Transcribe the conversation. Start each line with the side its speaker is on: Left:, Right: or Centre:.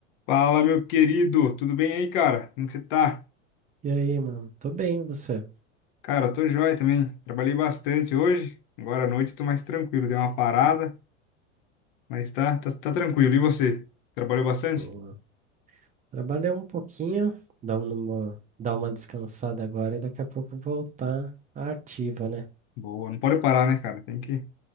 Left: Fala, meu querido, tudo bem aí, cara? Como que você tá?
Right: E aí, mano? Tô bem, e você?
Left: Cara, tô joia também. Trabalhei bastante hoje. Agora à noite tô mais tranquilo, dei uma parada, mas tá, tá, tá tranquilo. E você? Trabalhou bastante?
Right: Boa. Trabalhei um pouquinho, dar uma, dar uma descansada agora e daqui a pouco voltar à ativa, né?
Left: Boa, não pode parar, né, cara? Tem que,